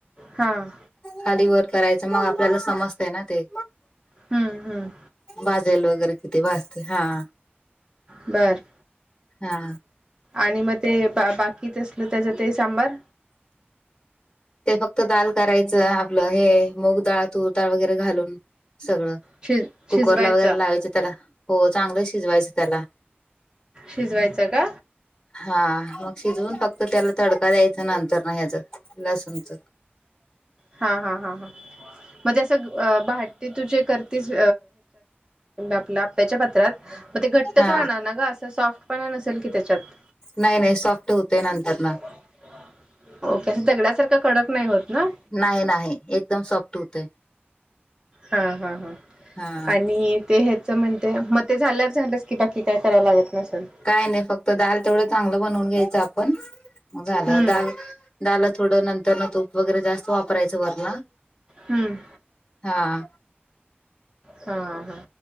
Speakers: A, on the right (about 20°); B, on the left (about 15°).
A: हां.
B: खांली वरं करायचं, मगं आपल्यांला समजतंय नां ते.
A: हम्मं हम्मं.
B: बाजलेलं वगैरें, किती भाजतंय हां.
A: बरं.
B: हा
A: आणि मगं ते बां बाकीतं असलं त्यांचं ते सांबार.
B: ते फक्तं डाळं करायचं, आपलं हे मूंगडाळं तूरडाळं वगैरें घालूंन, सगळं.
A: शिज
B: कुकर
A: शिजवायचं
B: लावल्यां वरं लावायचं त्यांला. हो चांगलं शिजवायचं त्यांला,,,
A: शिजवायचं का
B: हां मंग, शिजवूंन फक्तं त्यांला तडकां द्यायचां नंतर नां, ह्यांचं लसूणं चां.
A: हां हां हां हां, मजे तुं असं पहाटे तुझे हे करतीस, आपल्यां आपप्याच्यां पात्रांत, मंग ते घंट्ट
B: हा
A: चं राहणांर नां गं, असं सॉफ्टपणां नसेल की त्यांच्यात.
B: नाहीं नाहीं, सॉफ्ट हुंते नंतर. ना
A: ओके, असं दगड्यांसारखं कडंक नाहीं होते नां.
B: नाहीं नाहीं, एकदंम सॉफ्ट हुंतेय.
A: हां हां हां,
B: हा
A: आणि ते ह्यांचं म्हणते मं ते झाल्यांवर झालंस की, बाकी कायं करावं लागतं नसलं.
B: कायं नाहीं, फक्तं दालं तेवढं चांगलं बनवूंन घ्यायचं आपणं, झालं,
A: हम्म
B: दालं दाळलां थोडं नंतर नं तूंप वगैरें जास्तं वापरायचं नंतर नं.
A: हम्मं.
B: हां.
A: हां हां.